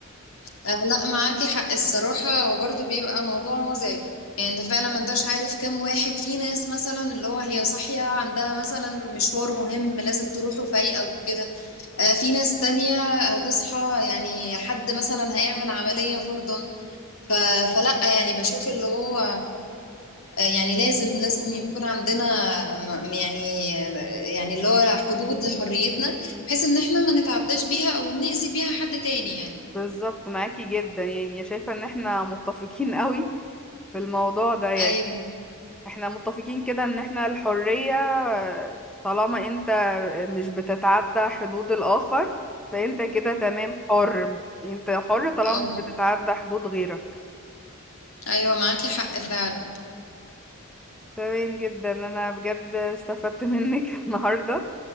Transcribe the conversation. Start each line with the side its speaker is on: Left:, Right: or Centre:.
Left: آه، لا معاكي حق الصراحة وبرضه بيبقى موضوع مزعج يعني انت فعلا ما انتش عارف كم واحد في ناس مثلا اللي هو هي صاحية عندها مثلا مشوار مهم لازم تروحه فايقة وكده آه، في ناس تانية هتصحى يعني حد مثلا هيعمل عملية فرضا ف... فلا يعني بشوف اللي هو آه، يعني لازم لازم يكون عندنا م- م- يعني يعني اللي هو حدود لحريتنا بحيث ان احنا ما نتعداش بيها او نأذي بيها حد تاني يعني
Centre: بالظبط معاكي جدا يعني شايفة ان احنا متفقين قوي في الموضوع ده يعني
Left: ايوه
Centre: احنا متفقين كده ان احنا الحرية آه، طالما انت مش بتتعدى حدود الآخر فانت كده تمام حر انت حر طالما
Left: اه
Centre: مش بتتعدى حدود غيرك
Left: ايوه معاكي حق فعلا
Centre: تمام جدا انا بجد استفدت منك <laughs> النهاردة